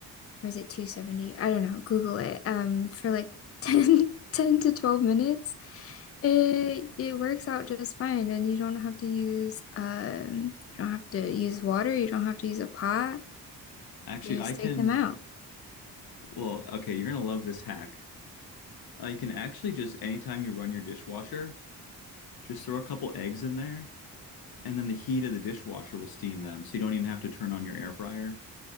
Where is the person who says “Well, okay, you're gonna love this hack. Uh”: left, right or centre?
Left